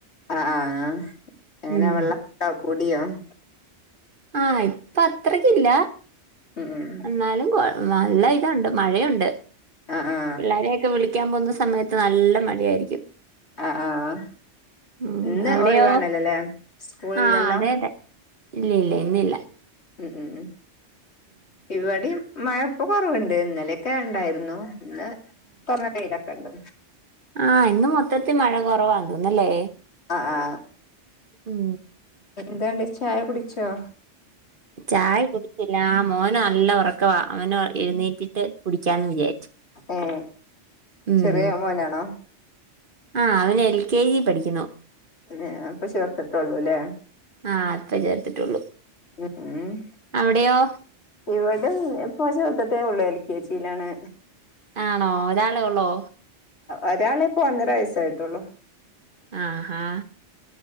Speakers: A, on the left; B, on the right.
A: ആഹ് ആഹ് എങ്ങനെ
B: ഉം
A: വെള്ളവൊക്കെ കൂടിയോ <inaudible>
B: ആഹ് ഇപ്പ അത്രക്കില്ല
A: ഉം ഉം
B: എന്നാലും കൊ നല്ല ഇതണ്ട് മഴയുണ്ട്
A: ആ ആ
B: എല്ലാരെയൊക്കെ വിളി ക്കാൻ പോകുന്ന സമയത്ത് നല്ല മഴയായിരിക്കും
A: ആഹ് ആഹ്
B: ഉം
A: ഇന്ന്
B: അവിടെയോ
A: ഒഴിവാണല്ലല്ലേ സ്കൂൾ
B: ആഹ്
A: ഇല്ലല്ലോ
B: അതെ അതെ ഇല്ല ഇല്ല ഇന്ന് ഇല്ല
A: ഉം ഉം ഉം ഇവിടീം മഴ ഇപ്പൊ കുറവ്ണ്ട് ഇന്നലെയൊക്കെ ഇണ്ടായിരുന്നു ഇന്ന് കുറെ പെയ്തിട്ട്ണ്ട്
B: ആ ഇന്ന് മൊത്തത്തിൽ മഴ കുറവാ ന്തോന്നല്ലേ
A: അ ആ
B: ഉം
A: എന്താണ്ട് ചായ കുടിച്ചോ?
B: ചായ കുടിച്ചില്ല മോന് നല്ല ഉറക്കവാ അവന് എഴുന്നേറ്റിട്ട് കുടിക്കാന്ന് വിചാരിച്ചു
A: ഏ
B: ഉം
A: ചെറിയ മോനാണോ
B: ആ അവന് എൽ കെ ജി പഠിക്കുന്നു
A: എ ഇപ്പൊ ചേർത്തിട്ടൊള്ളൂ ല്ലേ?
B: ആ ഇപ്പ ചേർത്തിട്ടുള്ളൂ
A: <unintelligible>
B: അവിടെയോ
A: ഇവടേം ഇപ്പൊ ചേർ ട്ടേ ഒള്ളെ എൽ കെ ജിലാണ്
B: ആണോ ഒരാളെ ഉള്ളോ
A: ഒരാള് ഇപ്പൊ ഒന്നര വയസ സെ ആയിട്ടുള്ളൂ
B: ആ ഹാ